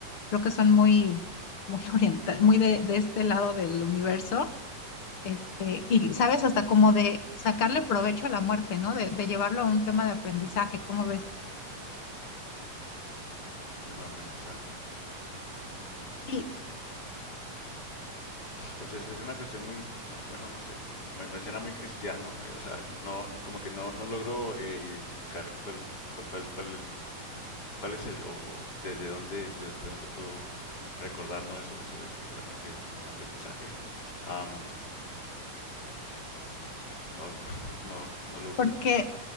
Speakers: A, on the left; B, on the left.
A: Creo que son muy, muy <laughs> orienta- muy de de este lado del universo. Este, y sabes, hasta como de sacarle provecho a la muerte, ¿no? De, de llevarlo a un tema de aprendizaje, ¿cómo ves?
B: un Tema de aprendizaje. Mm,
A: Sí,
B: pues es, es una cuestión muy, ah, bueno, no sé, me, me suena muy cristiano, eh, o sea, no, como que no, no logro eh, identificar cuál, cuál, cuál, cuál ¿Cuál es el, o, o de, de dónde, de, de dónde puedo recordar, ¿no? Eso, eso de que la muerte como un aprendizaje. Am, no, <laughs> no, no, no lo ubico.
A: Porque,